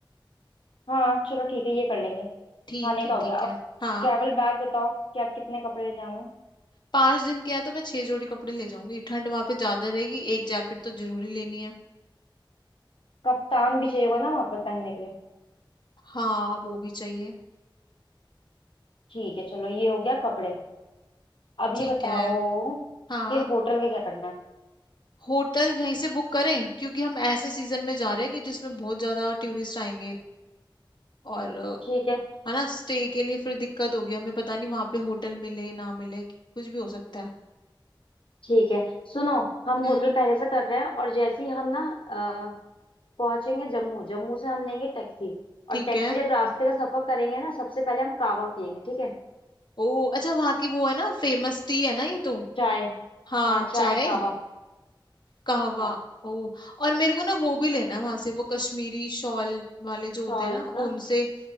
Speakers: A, on the left; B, on the left.
A: हाँ चलो ठीक है ये कर लेंगे
B: ठीक
A: खाने
B: है
A: का हो
B: ठीक
A: गया अब
B: है हाँ
A: ट्रैवल बैग बताओ क्या कितने कपड़े ले जाना है
B: पांच दिन किया तो मैं छह जोड़ी कपड़े ले जाऊंगी ठंड वहां पे ज्यादा रहेगी एक जैकेट तो जरूरी लेनी है
A: कफ्तान भी चाहिए होगा ना वहां पर पहनने के लिए
B: हाँ वो भी चाहिए
A: ठीक है चलो ये हो गया कपड़े अब
B: ठीक
A: ये बताओ
B: है हाँ
A: कि होटल का क्या करना है
B: होटल यहीं से बुक करें क्योंकि हम ऐसे सीजन में जा रहे हैं कि जिसमें बहुत ज्यादा टूरिस्ट आएंगे और अ,
A: ठीक है
B: है ना स्टे के लिए फिर दिक्कत होगी हमें पता नहीं वहां पे होटल मिले ना मिले कुछ भी हो सकता है
A: ठीक है सुनो हम होटल
B: हम्म
A: पहले से कर रहे हैं और जैसे ही हम ना अ, पहुंचेंगे जम्मू जम्मू से हम लेंगे टैक्सी
B: ठीक
A: और टैक्सी
B: है
A: जब रास्ते का सफर करेंगे ना सबसे पहले हम कावा पियेंगे ठीक है
B: ओ अच्छा वहाँ की वो है ना फेमस टी है ना ये तो
A: चाय
B: हाँ
A: हाँ
B: चाय
A: चाय कावा
B: कहवा
A: हाँ
B: ओ और मेरे को ना वो भी लेना है वहां से वो कश्मीरी शॉल वाले जो होते
A: शॉल्स
B: हैं ना
A: ना
B: उनसे